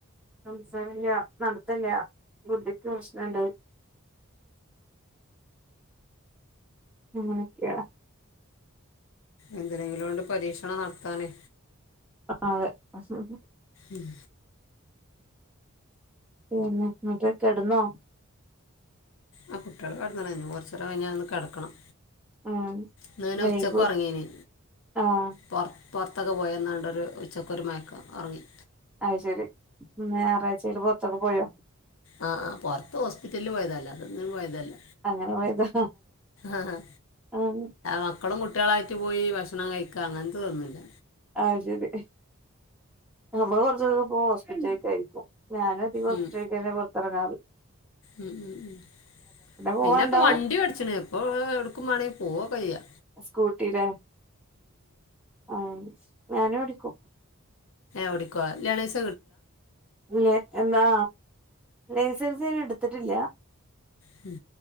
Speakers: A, in the centre; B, on the left (about 65°).
A: സംസാരില്ല്യ നടത്തില്ല്യ ബുദ്ധിക്ക് പ്രശ്നമുണ്ട് അങ്ങനൊക്കെയാണ്
B: എന്തെങ്കിലോണ്ട് പരീക്ഷണം നടത്താനേ
A: ആഹ് അത് ശെരി
B: ഉം
A: പിന്നെ എന്നട്ട് കിടന്നോ
B: ആഹ് കുട്ടികള് കിടന്ന്ണ് ഇനി കുറച്ച് നേരം കഴിഞ്ഞാൽ ഒന്ന് കിടക്കണം
A: ഉം
B: ഇന്ന് പിന്നെ
A: വൈകു
B: ഉച്ചക്ക് ഉറങ്ങീന്
A: ആഹ്
B: പുറത്ത് പുറത്തൊക്കെ പോയെന്നാണ്ടൊരു ഉച്ചക്കൊരു മയക്കം ഉറങ്ങി
A: അത് ശരി ഇന്ന് ഞായറാഴ്ചയായിട്ട് പുറത്തൊക്കെ പോയോ
B: ആഹ് ആ പുറത്ത് ഹോസ്പിറ്റലില് പോയതാ അല്ലാതെ ഒന്നിനും പോയതല്ല
A: അങ്ങനെ പോയതാ
B: ആഹ ഹ
A: ആഹ്
B: മക്കളും കുട്ടികളായിട്ട് പോയി ഭക്ഷണം കഴിക്കുക അങ്ങനത്തെതൊന്നുമില്ല
A: ആ ശരി നമ്മള് പുറത്തേക്ക് പോകുക ഹോസ്പിറ്റലക്ക ആയിരിക്കും ഞാന ഹോസ്പിറ്റ
B: ഉം,
A: തന്നെ പുറത്തറങ്ങാർ
B: ഉം ഉം ഉ
A: പോവാണ്ടാവും
B: പിന്നെ അപ്പൊ വണ്ടി പടിച്ചണ് അപ്പോ എടക്കും വേണെങ്ക പോവാ ചെയ്യാ
A: സ്കൂട്ടില ആ ഞാനും എടിക്കും
B: ഓടിക്കോ ലനേഴ്സ്
A: ല എന്നാ ലൈസൻസ് ന് എടുത്തിട്ടില്ല
B: ഹം